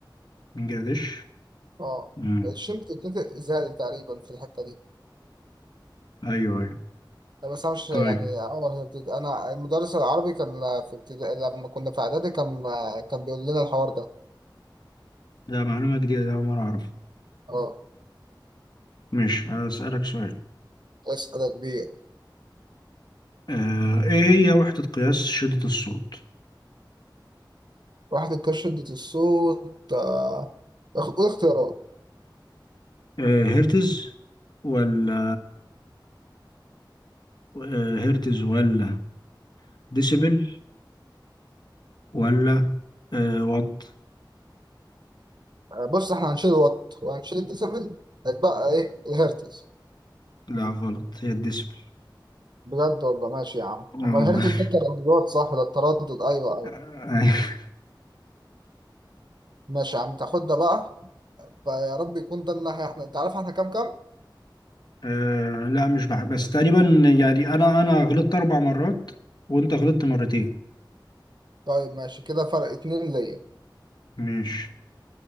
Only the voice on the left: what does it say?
بنجلاديش
مم.
ايوه ايوه
طيب
لا معلومة جديدة ده أول مرة اعرف
مش هسألك سؤال
آه، ايه هي وحدة قياس شدة الصوت
آه، هرتز ولا آه، هرتز ولا ديسيبل ولا آه، وات
لا غلط هي الديسيبل
اه والله
<laughs>
آه لا مش بح... بس تقريبا يعني انا انا غلطت اربع مرات وانت غلطت مرتين
ماشي